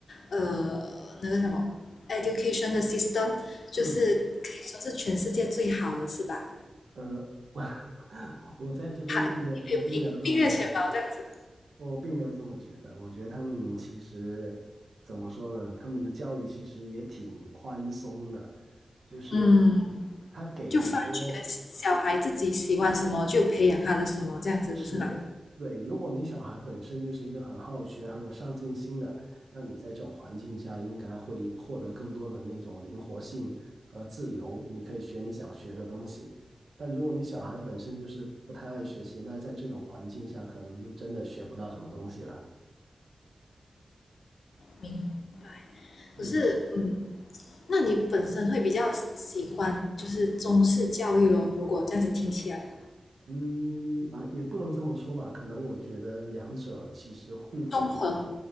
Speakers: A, on the left; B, on the right.
A: 呃那个什么 education 的 system，就是可以说是全世界最好的是吧？
B: 嗯，呃，我 <laughs> 我在这边并没有，
A: 排并并并列前茅这样子，
B: 我并没有这么觉得，我并没有这么觉得。我觉得他们其实怎么说呢？他们的教育其实也挺宽松的，就是
A: 嗯，
B: 他给很多
A: 就发觉小孩自己喜欢什么，就培养他的什么这样子，
B: 是，
A: 不是吗？
B: 对，如果你小孩本身就是一个很好学、很有上进心的，那你在这种环境下应该会获得更多的那种灵活性和自由，你可以学你想学的东西。但如果你小孩本身就是不太爱学习，那在这种环境下可能就真的学不到什么东西了。
A: 明白。
B: 嗯
A: 可是，嗯，那你本身会比较喜欢就是中式教育咯？如果这样子听起来，
B: 嗯啊，也不能这么说吧，可能我觉得两者其实互补一下
A: 综合